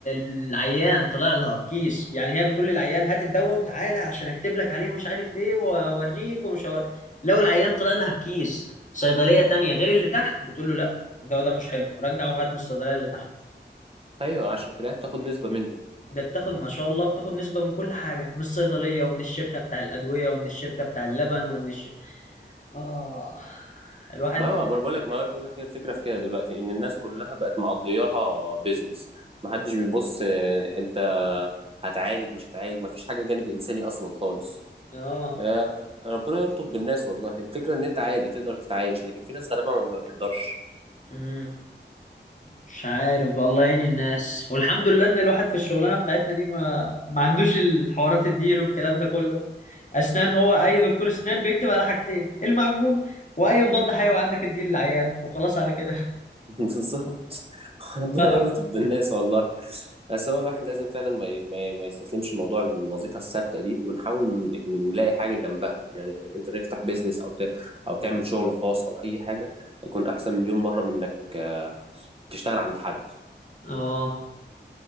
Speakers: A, on the left (about 40°); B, on the right (about 30°).
A: العيان طلع لها بكيس يعني هي بتقول للعيان هات الدواء وتعالى عشان اكتب لك عليه مش عارف ايه واوريك ومش هور... لو العيان طلع لها بكيس صيدليه تانية غير اللي تحت بتقول له لا الدواء ده مش حلو رجع وهات من الصيدليه اللي تحت
B: ايوه عشان تلاقيها بتاخد نسبه منه
A: ده بتاخد ما شاء الله بتاخد نسبة من كل حاجة من الصيدلية ومن الشركة بتاع الأدوية ومن الشركة بتاع اللبن ومن الش... آه الواحد
B: ما هو ما انا بقول لك ما هو بقول لك هي الفكره في كده دلوقتي ان الناس كلها بقت معضياها بيزنس ما حدش بيبص آه، انت هتعالج مش هتعالج ما فيش حاجه جانب انساني اصلا خالص
A: آه
B: آه، ربنا يلطف بالناس والله الفكره ان انت عادي تقدر تتعايش لكن في ناس غالبا ما بتقدرش
A: مم. مش عارف بقى الله يعين الناس والحمد لله إن الواحد في الشغلانة بتاعتنا دي ما ما عندوش الحوارات الديل والكلام ده كله أسنان هو أي دكتور أسنان بيكتب على حاجتين المعجون وأي مضاد حيوي عندك الديل العيان وخلاص على كده
B: <laughs> بالظبط ربنا
A: <laughs>
B: يلطف بالناس والله بس هو الواحد لازم فعلا ما ي- ما ي- ما يستسلمش لموضوع الوظيفه الثابته دي ونحاول ن- نلاقي حاجه جنبها يعني انت تفتح بيزنس او ت... او تعمل شغل خاص او اي حاجه يكون احسن مليون مره من انك آه، تشتغل عند حد
A: آه